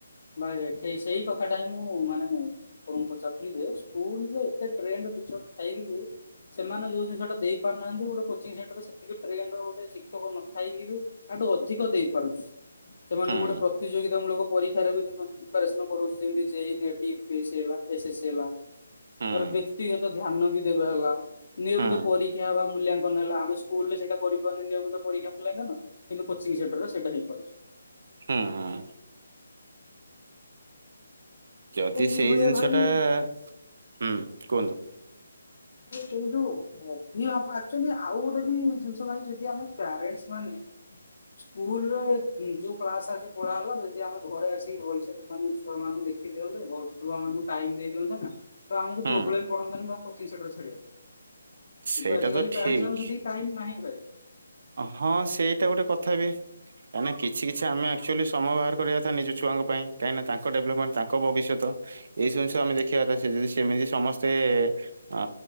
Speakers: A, on the left; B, on the right.
A: ଭାଇ ଭାଇ ଠିକ୍ ସେଇ କଥାଟା ହିଁ ମୁଁ ମାନେ ମୁଁ ଆପଣଙ୍କୁ ପଚରୁଥିଲି ଯେ ସ୍କୁଲ୍ ରେ ଏତେ ଟ୍ରେଣ୍ଡ ଟିଚର ଥାଇ କି ବି ସେମାନେ ଯୋଉ ଜିନିଷ ଟା ଦେଇ ପାରୁ ନାହାଁନ୍ତି ଗୋଟେ କୋଚିଂ ସେଣ୍ଟର ସେତିକି ଟ୍ରେଣ୍ଡର ଗୋଟେ ଶିକ୍ଷକ ନଥାଇକି ବି ଆଠୁ ଅଧିକ ଦେଇପାରୁଛି ସେମାନଙ୍କୁ
B: ହୁଁ।
A: ଗୋଟେ ପ୍ରତିଯୋଗିତା ମୂଳକ ପରୀକ୍ଷାରେ ବି ସେମାନେ ପ୍ରିପାରେସନ କରାଉଛି ଯେମିତି ଜେ ଇ ନେଟି, ୟୁ ପି ଏ ସି ଏସେ ସି ହେଲା।
B: ହୁଁ
A: ତାପରେ ବ୍ୟକ୍ତିଗତ ଧ୍ୟାନ ବି ଦେବା ହେଲା ନିୟମିତ
B: ହୁଁ
A: ପରୀକ୍ଷା ହେବା ମୂଲ୍ୟା ମୂଲ୍ୟାୟନ ହେଲା ଆମେ ସ୍କୁଲରେ ସେଇଟା କରିପାରୁନେ ନିୟମିତ ପରୀକ୍ଷା ମୂଲ୍ୟାୟନ କିନ୍ତୁ କୋଚିଂ ସେଣ୍ଟରରେ ସେଇଟା ହେଇପାରୁଛି।
B: ହୁଁ, ହୁଁ। ଯଦି
A: ତ
B: ସେଇ
A: ଏଇଭଳିଆ
B: ଜିନିଷ
A: ଭାଇ
B: ଟା ହୁଁ କୁହନ୍ତୁ?
A: ଏ କେ ଯୁ ଆଉ କଣ। ଅଭିବାବଆସିଛନ୍ତି। ଆଉ ଗୋଟେ ବି ଜିନିଷ ଭାଇ ଯଦି ଆମେ ପ୍ୟାରେଣ୍ଟସ ମାନେ- ସ୍କୁଲ ରେ ଯୋଉ କ୍ଳାସ ଆଜି ପଢା ହେଲା ଯଦି ଆମେ ଘରେ ଆସିକି ଭଲସେ ଆମ ଛୁଆନଙ୍କୁ ଦେଖି ଦିଅନ୍ତେ ଭଲ ଛୁଆ ମାନଙ୍କୁ ଟାଇମ୍ ଦେଇ ଦିଅନ୍ତେ ନା ତ ଆମକୁ
B: ହୁଁ
A: ପ୍ରୋବ୍ଲେମ ପଡନ୍ତାନି ତାଙ୍କ ଟିସଡରେ ଛାଡିବା
B: ସେଇଟା
A: କିନ୍ତୁ ଆଜାକାଲି
B: ତ ଠିକ
A: ପ୍ୟରେଣ୍ଟସ ମାନଙ୍କୁ ସେତିକି ଟାଇମ୍ ନାହିଁ ୱେ।
B: ହଁ ସେଇଟା ଗୋଟେ କଥା ବି। ଆମେ କିଛି କିଛି ଆମେ ଏକ୍ଟୁଆଲି ସମୟ ବାହାର କରିବାକଥା ନିଜ ଛୁଆଙ୍କ ପାଇଁ କାହିଁକିନା ତାଙ୍କ ଡେଭଲବମେଣ୍ଟ ତାଙ୍କ ଭବିଷ୍ୟତ। ଏଇ ସବୁ ଜିନିଷ ଆମେ ଦେଖିବା କଥା ସେ ଯଦି ସେମିତି ସମସ୍ତେ ଅ